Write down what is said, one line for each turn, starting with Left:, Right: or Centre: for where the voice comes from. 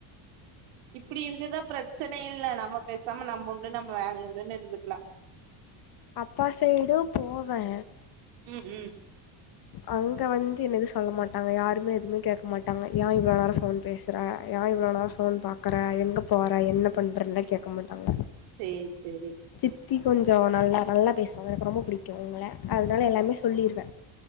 Right: இப்பிடி இருக்குதா பிரச்சனை இல்ல நம்ம பேசாம நம்ம உண்டு நம்ம வேலையுண்டுன் இருந்துக்லா
Left: அப்பா சைடு போவே
Right: ம் ம்
Left: அங்க வந்து என்னது சொல்ல மாட்டாங்க யாருமே எதுமே கேக்க மாட்டாங்க ஏ இவ்ளோ நேரோ ஃபோன் பேச் கிற ஏ இவ்ளோ நேரோ ஃபோன் பாக்கற எங்கப் போற என்னப் பண்றன்லா கேக்க மாட்டாங்க
Right: சேர் செரி
Left: சித்தி கொஞ்சோ நல்லா நல்லா பேசுவாங்க எனக்கு ரொம்ப பிடிக்கு அவுங்கள அதனால எல்லாமே சொல்லிருவ